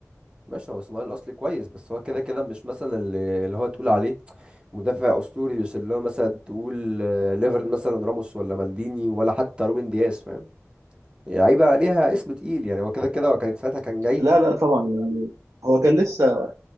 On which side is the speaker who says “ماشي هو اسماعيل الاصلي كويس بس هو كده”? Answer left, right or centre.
Right